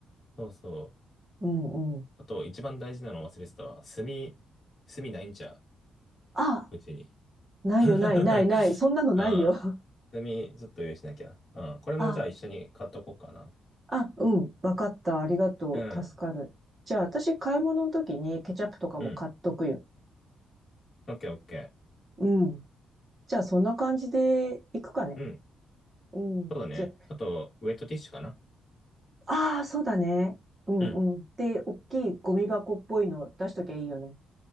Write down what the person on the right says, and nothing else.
うんうん。
あ、
ないよ、
ない、ない、ない。そんなのないよ。
<laughs>
あ、あ、うん。わかった。ありがとう。
助かる。じゃあ、私、買い物の時にケチャップとかも買っとくよ。
うん。じゃあ、そんな感じで行くかね。
うん。
じゃ、
ああ、そうだね。うんうん。
で、大きいゴミ箱っぽいの出しときゃいいよね。